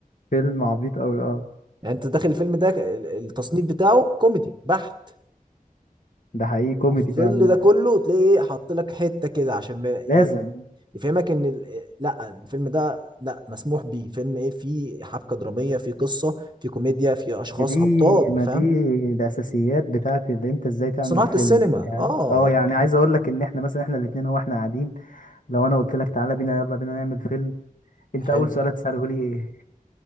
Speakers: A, on the left (about 65°); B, on the right (about 30°).
A: فيلم عبيط قوي اه
B: يعني انت داخل الفيلم ده ال- التصنيف بتاعه كوميدي بحت
A: ده حقيقي كوميدي
B: وفي
A: فعلا
B: ظل ده كله تلاقي ايه حاط لك حته كده عشان ما-
A: لازم
B: ايه يفهمك ان ال- إيه، لا الفيلم ده لا مسموح بيه فيلم ايه فيه حبكه دراميه فيه قصه فيه كوميديا فيه اشخاص
A: ما دي
B: ابطال
A: ما
B: فاهم
A: دي الاساسيات بتاعت اللي انت ازاي تعمل
B: صناعه
A: فيلم
B: السينما
A: يعني
B: اه
A: اه يعني
B: يعني
A: عايز اقول لك ان احنا مثلا احنا الاتنين هو احنا قاعدين لو انا قلت لك تعالى بينا يلا بينا نعمل فيلم انت
B: حلو
A: اول سؤال هتساله لي ايه